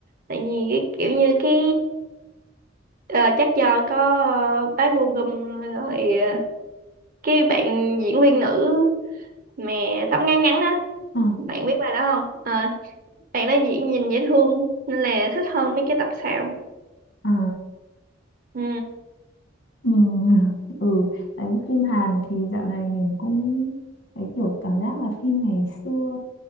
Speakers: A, on the right (about 45°); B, on the left (about 75°).
A: tại vì cái kiểu như cái ờ, chắc do có uh, bác Bô Gum rồi ờ, cái bạn diễn viên nữ mà tóc ngắn ngắn á
B: Ờ,
A: bạn biết bài đó không Ờ, bạn đó diễn nhìn dễ thương nên là thích hơn mấy cái tập sau
B: ờ,
A: ừ.
B: mình <laughs> ừ đấy phim Hàn thì dạo này mình cũng đấy kiểu cảm giác là phim ngày xưa